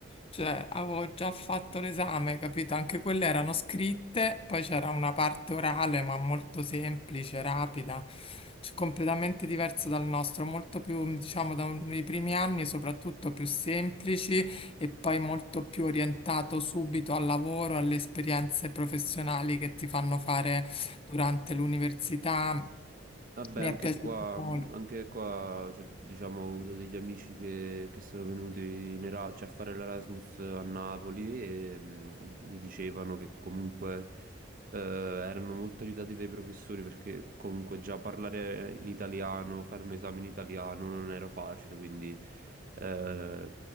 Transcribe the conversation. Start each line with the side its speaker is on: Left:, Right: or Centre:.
Left: cioè avevo già fatto l'esame, capito? Anche quelle erano scritte, poi c'era una parte orale ma molto semplice, rapida. c- Completamente diverso dal nostro, molto più, diciamo, dai primi anni, soprattutto più semplici, e poi molto più orientato subito al lavoro, alle esperienze professionali che ti fanno fare durante l'università.
Right: Vabbè,
Left: Mi
Right: anche
Left: è piaciuto
Right: qua,
Left: molto.
Right: anche qua, cioè, diciamo, ho avuto degli amici che, che sono venuti in Era- cioè, a fare l'Erasmus a Napoli e mm, mi dicevano che comunque eh, erano molto aiutati dai professori perché comunque già parlare in italiano, fare un esame in italiano non era facile, quindi eh,